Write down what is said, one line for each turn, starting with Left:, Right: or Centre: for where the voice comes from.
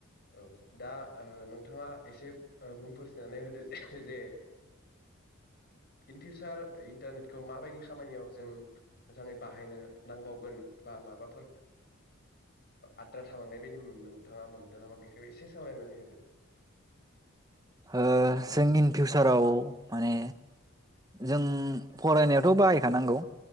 Left: औ दा नोंथाङा एसे बुंफोर थिनानै होदो जे इन फिउसार इन्टारनेटखौ माबायदि खामानियाव जों मोजाङै बाहायनो नांबावगोन एबा माबाफोर आद्रा थालांनाय बायदि नोंथाङा मोनदों नामा बेखौ एसे सावरायनानै होदो।
Right: ओ जों इन फिउचाराव माने जों फरायनायाथ बाहायखानांगौ,